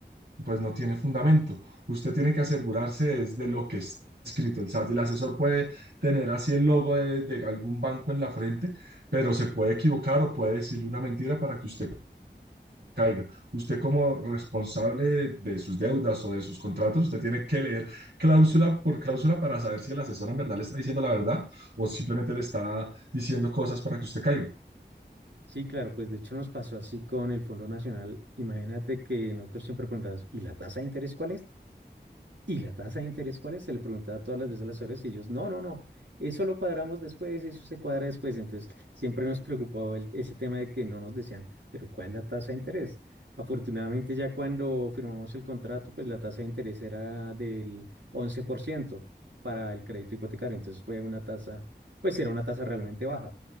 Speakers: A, on the right; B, on the right.
A: pues no tiene fundamento. Usted tiene que asegurarse es de lo que está escrito. El, as- el asesor puede tener así el logo de, de, algún banco en la frente, pero se puede equivocar o puede decirle una mentira para que usted caiga. Usted como responsable de de sus deudas o de sus contratos, usted tiene que leer cláusula por cláusula para saber si el asesor en verdad le está diciendo la verdad o simplemente le está diciendo cosas para que usted caiga.
B: Sí, claro, pues de hecho nos pasó así con el Fondo Nacional. Imagínate que nosotros siempre preguntábamos, ¿y la tasa de interés cuál es? ¿Y la tasa de interés cuál es? Se le preguntaba todas las veces a las horas y ellos, no, no, no, eso lo cuadramos después, eso se cuadra después. Entonces, siempre nos preocupó el- ese tema de que no nos decían, pero ¿cuál es la tasa de interés? Afortunadamente, ya cuando firmamos el contrato, pues la tasa de interés era del 11% para el crédito hipotecario. Entonces, fue una tasa, pues era una tasa realmente baja.